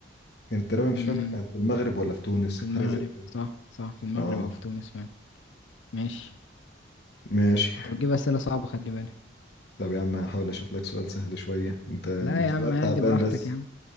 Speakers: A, on the left; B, on the left.
A: كانت تقريبا مش
B: امم
A: فاكر كانت في المغرب ولا في تونس
B: في المغرب
A: حاجة زي كده
B: صح صح في المغرب
A: اه
B: أو في تونس فعلا ماشي
A: ماشي
B: أنت بتجيب أسئلة صعبة خلي بالك
A: طب يا عم هحاول أشوف لك سؤال سهل شوية أنت
B: لا
A: مستواك
B: يا عم عادي
A: تعبان
B: براحتك
A: بس
B: يا عم